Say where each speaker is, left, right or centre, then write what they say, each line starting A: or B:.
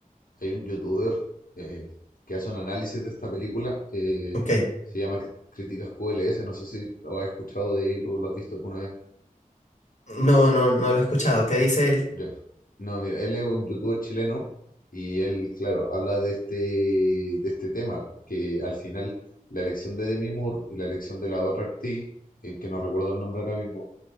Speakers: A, on the left; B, on the left.
A: hay un youtuber eh, que hace un análisis de esta película, eh,
B: Ok.
A: se llama Cr- Críticas QLS, no sé si lo has escuchado de él o lo has visto alguna vez.
B: No, no, no lo he escuchado. ¿Qué dice él?
A: Ya. No, mira, él es un youtuber chileno y él, claro, habla de este, de este tema, que al final la elección de Demi Moore y la elección de la otra actriz, eh, que no recuerdo el nombre ahora mismo,